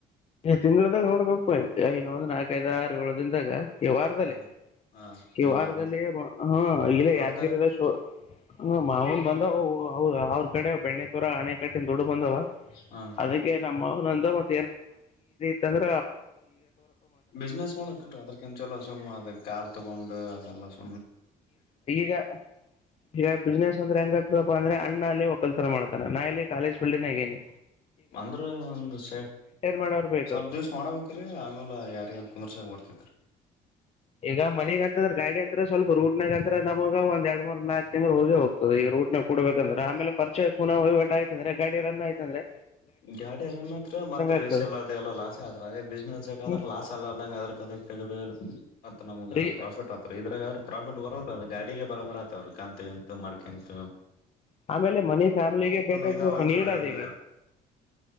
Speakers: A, on the left (about 40°); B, on the left (about 70°).
A: ತಿಂಗಳದಾಗ ನೋಡ್ಬೇಕು ಐ ಒಂದಂದು ನಾಲ್ಕೈದಾರ ಅದ್ರಂದಾಗ ಕೆವಾರದಲ್ಲಿ
B: ಹಾ ಹಾ ಹಾ
A: ಕೆ
B: ಇವಾರ್ದ
A: ವಾರದಲ್ಲಿ ಹ ಇಲ್ಲ
B: ರೊಕ್ಕರಿ
A: ಯಾದಗಿರದ ಶೋ ಹ್ಮ ಮಾವನ್ ಬಂದ ಅವ್ರ ಕಡೆ ಬೆಣ್ಣೆ ತೋರ ಹಣೆ ಕಡೆ ದುಡ್ಡು ಬಂದವ
B: ಹಾ
A: ಅದಕ್ಕೆ ನಮ್ಮ ಹ ನ ನ ತ
B: ಬಿಸ್ನೆಸ್ ಮಾಡಕಲ್ ಅದ್ರಕಂಚಲ ಸುಮ್ಮ್ ಅದ ಕಾರ್ ತಗೊಂಡು ಅದೆಲ್ಲ ಸ
A: ಗ ಈಗ ಬಿಜನೆಸ್ ಅಂಗ ಅಂದ್ರೆಣ್ಣನಲ್ಲಿ ಒಕ್ಕಲ್ಸರ ಮಾಡೆ ನಾ ಇಲ್ಲಿ ಕಾಲೇಜ್ ಿನಗೇನನೆ
B: ಅಂದ್ರ ಒಂದ ಸ
A: ಮಾಡೋರ್ ಬೇಕು
B: ಸ್ವಲ್ಪ ದಿವ್ಸ ಮಾಡಬೇಕ್ರೀ ಆಮೇಲೆ ಯಾರ ಕುಂದ್ರಸಗ ಬರ್ತತ್ರಿ
A: ಈಗ ಮನೆಗ ಅಂತಂದ್ರೆ ಗಾಡಿ ಅಂತ ಸ್ವಲ್ಪ ರೂಟ್ನಾಗ ಅಂತ ನಮಗ ಒಂದ್ ಎರಡು ಮೂರ್ ನಾಲ್ಕ ತಿಂಗಳು ಹೋಗತದೆ ಈ ರೂಟ್ ನ ಕೊಡಬೇಕಂದ್ರೆ ಆಮೇ ಪರಿಚಯೂನ ವಹಿವಾಟಯ್ತಂದ್ರ ಗಾಿಯ ರ ಯ್ತಂದ್ರೆ
B: ಗಾಡರನ್ತ್ರ ಮತ್ತ
A: ಆಗ್ತದೆ
B: ರೀಸೆಲ್ ಅದೆ ಎಲ್ಲ ಲಾಸ್ ಆದ್ರ ಅದೇ ಬಿಸ್ನೆಸ್ ಆದ್ರ
A: ಹ್ಮ್
B: ಲಾಸ್ ಅಲ್ಲದಂಗ ಅದ್ರ ಅದ ತಗದುಲ್ಲ ಮತ್ತ ನಮಗ್
A: ರೀ
B: ಪ್ರಾಫಿಟ್ ಆತ್ರ ಇದ್ರಾಗ ಆದ್ರ ಪ್ರಾಫಿಟ್ ಬರ ಗಾಡಿಗೆ ಬರಬರ್ ಆತವ್ರರು ಕಂತು ಕಂತು ಮಾಡ್ಕೊಂತು
A: ಆಮೇಲೆ ಮನಿ ಫ್ಯಾಮಿಲಿಗೆ ಬೇಕಾದ
B: ಇದಾವೇನ್ರಿ
A: ಸ್ವಲ್ಪ ನೀದ
B: ಹಿಂಗ
A: ಈಗ